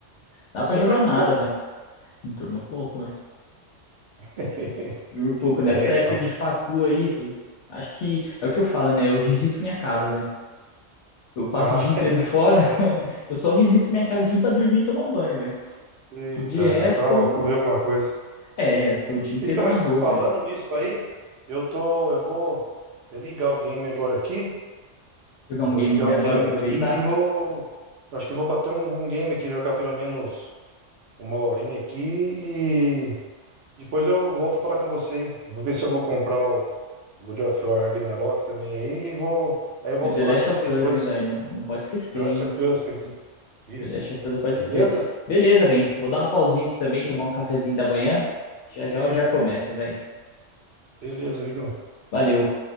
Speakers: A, on the left; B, on the right.
A: Dá
B: Então
A: pra
B: você
A: jogar
B: dorme
A: nada,
B: pouco.
A: velho. Durmo pouco, velho.
B: <laughs>
A: Durmo pouco nessa
B: É, então.
A: época de facu aí, velho. Acho que é o que eu falo, né? Eu visito minha casa, velho. Eu passo
B: Ah,
A: o dia inteiro fora, <laughs> eu só visito minha casa aqui pra dormir e tomar um banho, velho.
B: <laughs> eita,
A: Que de resto,
B: e para comer alguma coisa.
A: é, tô o dia inteiro
B: E diga, Mas
A: na rua,
B: falando
A: velho.
B: nisso aí, eu tô, eu vou até ligar o game agora aqui.
A: Jogar
B: Eu
A: um
B: vou
A: gamezinho
B: ligar o game
A: agora, aproveitar.
B: aqui e vou. Eu acho que eu vou bater um, um game aqui, jogar pelo menos uma horinha aqui e depois eu volto a falar com você. hein? Vou ver se eu vou comprar o o God of War Ragnarok também aí e vou. Aí eu volto
A: E o The
B: a falar
A: Last
B: com você
A: of Us,
B: depois.
A: hein, velho. Não, não pode esquecer,
B: The Last
A: hein.
B: of Us, quer dizer, isso.
A: The Last of Us não pode
B: Beleza?
A: esquecer. Beleza, bem. Vou dar uma pausinha aqui também, tomar um cafezinho da manhã. Já já o dia começa, velho.
B: Beleza, amigão.
A: Valeu.